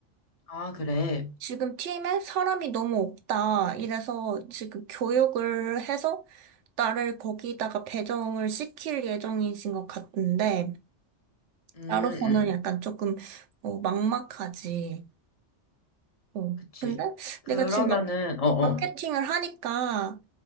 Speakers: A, on the left (about 35°); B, on the right (about 80°).
A: 아, 그래.
B: 지금 팀에 사람이 너무 없다. 이래서 지금 교육을 해서 나를 거기다가 배정을 시킬 예정이신 것 같은데,
A: 음,
B: 나로서는
A: 음.
B: 약간 조금, 어, 막막하지. 어.
A: 그치.
B: 근데
A: 그러면은,
B: 내가 지금 마-
A: 어, 어.
B: 마케팅을 하니까